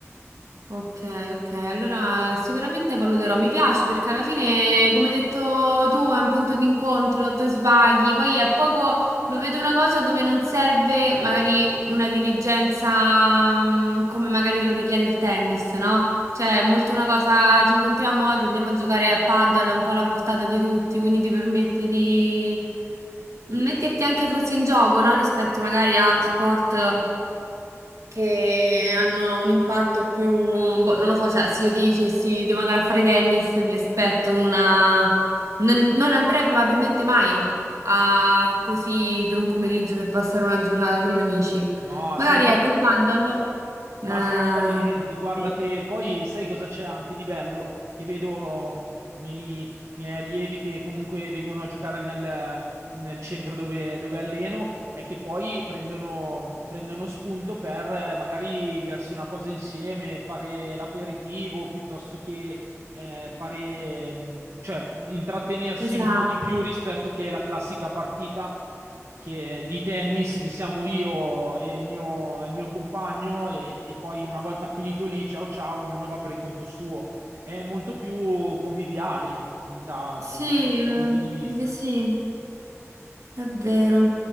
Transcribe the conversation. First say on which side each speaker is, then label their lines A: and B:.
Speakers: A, on the right; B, on the right.
A: Ok, ok, allora sicuramente valuterò, mi piace perché alla fine, come hai detto tu, è un punto di incontro, ti sbaghi, poi è poco, lo vedo una cosa dove non serve magari una diligenza mm, come magari lo richiede il tennis, no? Cioè è molto una cosa, ci incontriamo oggi, andiamo a giocare a paddle, è un po' alla portata di tutti, quindi ti permette di metterti anche forse in gioco, no? Rispetto magari a sport che hanno un impatto più, boh, non lo so, cioè se io dicessi devo andare a fare tennis, mi aspetto una... Non, non andrei probabilmente mai a così per un pomeriggio per passare una giornata con gli amici.
B: No, assolutamente.
A: Magari ecco il paddle. eh,
B: Ma assolutamente, guarda
A: sì,
B: che poi sai cosa c'è anche di bello? Che vedo mh, i miei, i miei allievi che comunque vengono a giocare nel, nel centro dove, dove alleno e che poi prendono, mm, prendono spunto per eh, magari bersi una cosa insieme, fare l'aperitivo piuttosto che eh, fare, mh, cioè mh, intrattenersi
A: esatto.
B: un po' di più rispetto che la classica partita che- di tennis che siamo io e il mio, il mio compagno e, e poi una volta finito lì, ciao ciao, ognuno va per il conto suo. È molto più conviviale mm, da,
A: Sì,
B: da- da questo
A: eh,
B: punto di vista.
A: eh sì, è vero.